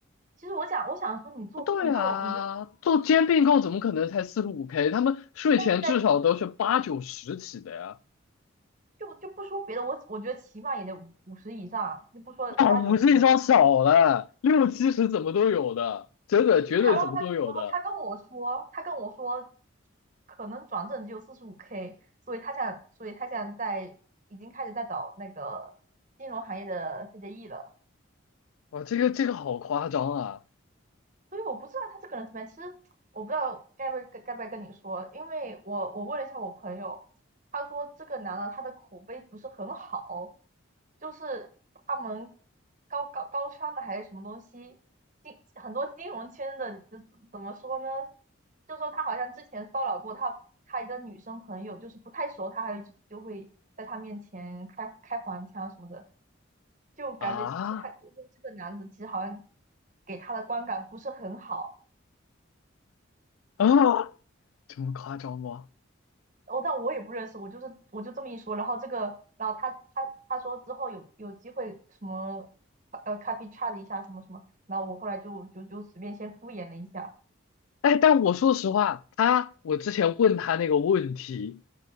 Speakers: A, on the right (about 40°); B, on the left (about 85°).
A: 其实我想我想说你做并购，
B: 不对啊，
A: 你又
B: 做兼并购怎么可能才四十五 K？他们税前至少都是八九十起的呀。
A: 那你在就就不说别的，我我觉得起码也得五十以上，就不说八九十了。
B: 哇，五十上少了，六七十怎么都有的，真的绝对怎么都有的。
A: 对，他然后他，然后他跟我说，他跟我说，可能转正只有四十五 K，所以他想，所以他想在已经开始在找那个金融行业的 CDE 了。
B: 哇，这个这个好夸张啊！
A: 所以我不知道他这个人怎么样。其实我不知道该不该该不该跟你说，因为我我问了一下我朋友，他说这个男的他的口碑不是很好，就是他们高高高商的还是什么东西，金很多金融圈的，怎怎么说呢？就说他好像之前骚扰过他他一个女生朋友，就是不太熟，他还就就会在他面前开开黄腔什么的。就感觉就他就是这个男的，
B: 啊
A: 其实好像给他的观感不是很好。
B: 啊，这么夸张吗？
A: 哦，但我也不认识，我就是我就这么一说，然后这个，然后他他他说之后有有机会什么呃 copy chat 一下什么什么，然后我后来就就就随便先敷衍了一下，
B: 哎，但我说实话，他我之前问他那个问题，